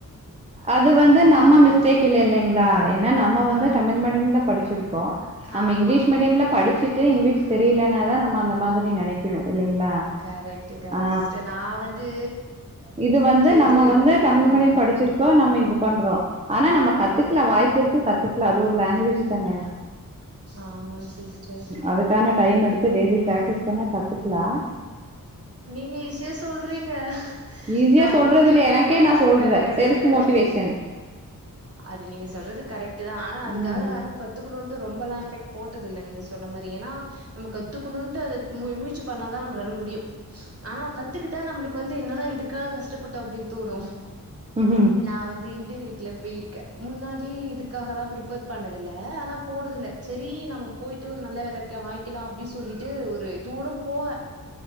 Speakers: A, on the right; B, on the right.
A: அது வந்து நம்ம
B: இருந்திருக்குமே
A: மிஸ்டேக் இல்ல இல்லேங்களா ஏன்னா நம்ம வந்து
B: ஆ
A: தமிழ் மீடியம்ல படிச்சிருக்கோம் நம்ம
B: ஆமா
A: இங்கிலீஷ்
B: ஆமா
A: மீடியம்ல படிச்சுட்டு இங்கிலீஷ் தெரியலனாதான் நம்ம அந்த மாரி நினைக்கணும் இல்லங்களா
B: கரெக்ட் கரெக்ட்
A: ஆ
B: சிஸ்டர் நா வந்து
A: இது வந்து நம்ம
B: இது
A: வந்து தமிழ்
B: ம்
A: மீடியம் இப்ப நம்ம இது பண்றோம் ஆனா நம்ம கத்துக்கலா
B: ம்
A: வாய்ப்பு இருக்கு கத்துக்கலா அது ஒரு லாங்குவேஜ் தானே
B: ஆமா சிஸ்டர்
A: அதுக்கான டைம் எடுத்து டெய்லி பிராக்டிஸ் பண்ணா கத்துக்கலாம்
B: நீங்க ஈசஸியா சொல்றீங்க
A: ஈஸியா
B: நான்
A: சொல்றது
B: இன்டர்வியூக்கு
A: இல்ல எனக்கே
B: போயிருக்கேன்
A: நா சொல்றே
B: நேறைய இடத்துல
A: செல்ஃப் மோட்டிவேஷன்
B: அது நீங்க சொல்றது கரெக்ட் தான் ஆனா அதுக்காக
A: ம்
B: கத்துக்கணுட்டு ரொம்பெல்லாம் எபெக்ட் போட்டதது இல்ல நீங்க சொன்ன மாரி ஏன்னா நம்ம கத்துக்கணும்ட்டு அதை மு முயற்சி பண்ணாதான் நம்மளால முடியும் ஆனா கத்துக்கிட்டா நம்மளுக்கு வந்து என்னடா இதுக்காக கஷ்டப்பட்டோம் அப்டின்னு தோணும்
A: ம்
B: நா வந்து இன்டர்வீயூ ல போயிருக்க முன்னா டி இதுக்காகெல்லாம் பிரிப்பர் பண்ணது இல்ல அதான் போறது இல்ல செரி நம்ம போயிட்டு ஒரு நல்ல வெலைக்கு வாங்கிக்கலாம் அப்டின்னு சொல்லிட்டு ஒரு இதுவோட போவேன்